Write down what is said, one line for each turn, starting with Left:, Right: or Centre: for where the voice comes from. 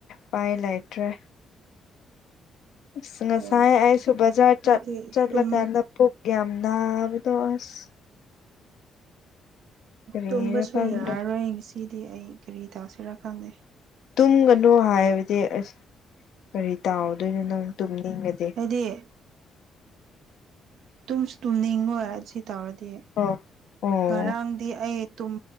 Left: ꯄꯥꯏ ꯂꯩꯇ꯭ꯔꯦ ꯑꯁ ꯉꯁꯥꯏ
Right: ꯍꯣꯏ
Left: ꯑꯩꯁꯨ ꯕꯖꯥꯔ
Right: ꯑꯩꯗꯤ
Left: ꯆꯠ ꯆꯠꯂꯀꯥꯟꯗ
Right: ꯇꯨꯝ
Left: ꯄꯨꯛ ꯌꯥꯝ ꯅꯥꯕꯗꯣ ꯑꯁ ꯀꯔꯤꯔ
Right: ꯇꯨꯝꯕꯁꯨ
Left: ꯈꯪꯗ꯭ꯔꯦ
Right: ꯌꯥꯔꯔꯣꯏ ꯉꯁꯤꯗꯤ ꯑꯩ ꯀꯔꯤ ꯇꯧꯁꯤꯔꯥ ꯈꯪꯗꯦ
Left: ꯇꯨꯝꯒꯅꯣ ꯍꯥꯏꯕꯗꯤ ꯑꯁ ꯀꯔꯤ ꯇꯥꯎꯗꯣꯏꯅꯣ ꯅꯪ ꯇꯨꯝꯅꯤꯡꯒꯗꯤ
Right: ꯍꯥꯏꯗꯤ ꯇꯨꯝꯁꯨ ꯇꯨꯝꯅꯤꯡꯉꯣꯏ ꯁꯤ ꯇꯧꯔꯗꯤ
Left: ꯑꯣ ꯑꯣ
Right: ꯉꯔꯥꯡꯗꯤ ꯑꯩꯨꯝ